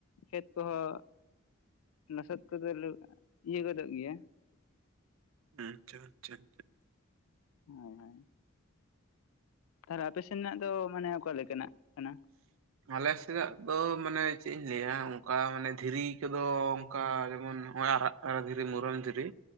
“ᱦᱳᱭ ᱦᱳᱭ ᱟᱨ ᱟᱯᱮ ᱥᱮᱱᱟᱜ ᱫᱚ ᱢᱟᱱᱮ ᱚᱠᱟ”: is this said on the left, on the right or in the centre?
Left